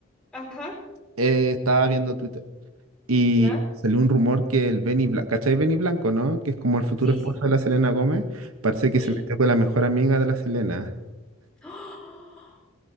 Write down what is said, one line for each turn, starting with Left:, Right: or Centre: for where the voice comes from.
Centre: ajá,
Right: eh, estaba viendo Twitter y
Centre: ya,
Right: salió un rumor que el Benny Blanco, ¿cachai Benny Blanco, no? Que es como el futuro
Centre: sí,
Right: esposo
Centre: sí, sí,
Right: de la Selena Gómez. Parece que
Centre: sí.
Right: se metió con la mejor amiga de la Selena.
Centre: ¡Ah!